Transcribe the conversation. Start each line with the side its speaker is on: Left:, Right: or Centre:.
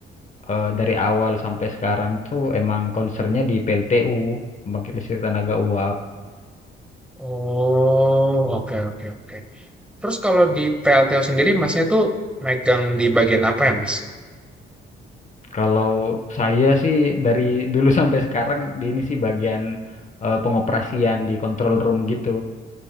Left: eh, dari awal sampai sekarang tuh emang concernnya di PLTU, pembangkit listrik tenaga uap.
Centre: Oh, oke oke oke. Terus kalau di PLTU sendiri Masnya tuh megang di bagian apa ya Mas?
Left: Kalau saya sih dari <laughs> dulu sampai sekarang di ini sih bagian eh, pengoperasian di control room gitu.